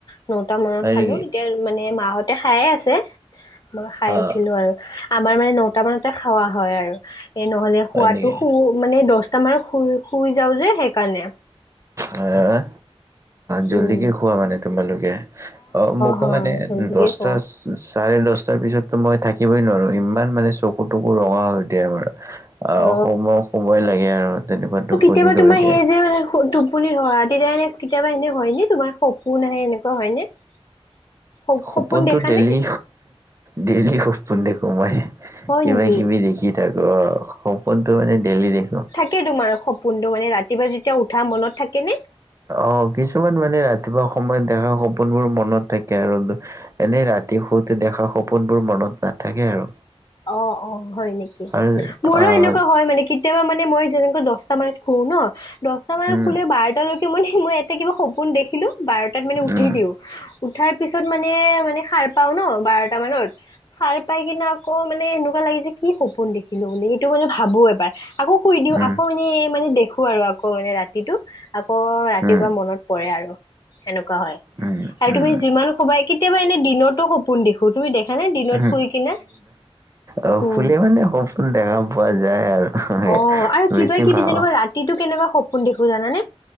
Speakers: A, on the left; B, on the right.
A: নটা মনত
B: হয়
A: খালো,
B: নেকি?
A: এতিয়া মানে মাহতে খায়ে আছে, মই খাই
B: অ',
A: উঠিলো আৰু। আমাৰ মানে নটা মানতে খোৱা হয় আৰু, এ নহ'লে খোৱাতটো
B: হয় নেকি?
A: মানে দশটা মান শুই-শুই যাওঁ যে সেইকাৰণে।
B: হয়, জল্দিকে
A: উম
B: খোৱা মানে তোমালোকে? অ', মোকো
A: হয়
B: মানে
A: জল্দিকে
B: দশটা
A: কওঁ
B: চাৰে দশটাৰ পিছততো মই থাকিবই নোৱাৰো ইমান মানে চকু- তকু ৰঙা হৈ দিয়ে। আৰু
A: অ
B: সময়-শুবয়ে লাগে আৰু তেনেকুৱা টোপনি।
A: কেতিবা
B: ধৰিকে
A: তোমাৰ সেই মানে টোপনি ধৰা তেতিয়া এনে কেতিয়াবা এনে হয় ন, তোমাৰ সপোন আহে এনেকুৱা হয় নে? <unintelligible>
B: সপোনতটো
A: সপোন দেখা
B: ডেইলি,
A: নে
B: ডেইলি সপোন দেখো মই,
A: হয়
B: কিবা-
A: নেকি
B: কিবি দেখি থাকো অ', সপোনতটো মানে ডেইলি দেখো।
A: তাকে তোমাৰ সপোনটো মানে ৰাতিপুৱা যেতিয়া উঠা মনত থাকে নে?
B: অ', কিছুমান মানে ৰাতিপুৱা সময়ত দেখা সপোনবোৰ মনত থাকে আৰু এনেই ৰাতি শুতে দেখা সপোনবোৰ মনত নাথাকে আৰু।
A: অ', - অ', হয় নেকি,
B: আৰু
A: মোৰো
B: আহ
A: এনেকুৱা হয় মানে মানে মই যেনেকে দশটা মানত শুওঁ ন মানে
B: উম
A: শুলে বাৰটালৈকে মানে মই এটা কিবা সপোন দেখিলো, বাৰটাত মানে উঠি
B: উম
A: দিওঁ। উঠাৰ পিছত মানে-মানে সাৰ পাওঁ ন বাৰটা মানত, সাৰ পাই কিনে আকৌ মানে এনেকুৱা লাগে যে কি সপোন দেখিলো বুলি! সেইটো মানে ভাবো এবাৰ। আকৌ শুই দিওঁ,
B: উম,
A: আকৌ এনে মানে দেখো আৰু আকৌ মানে ৰাতি ৰাতিটো, আকৌ ৰাতিপুৱা
B: উম,
A: মনত পৰে আৰু। সেনেকুৱা হয়,
B: উম,
A: আৰু
B: উম,
A: তুমি যিমান সোবাই কেতিয়াবা এনে দিনতো সপোন দেখো, তুমি দেখা নে দিনত
B: উম,
A: শুই কিনে?
B: অ',
A: উম
B: শুলে মানে সপোন দেখা পোৱা যায় আৰু।
A: অ', আৰু কিবা-কিবি
B: বেছি ভাও
A: যেনেকুৱা ৰাতি এইটো কেনেকুৱা সপোন দেখো জানানে?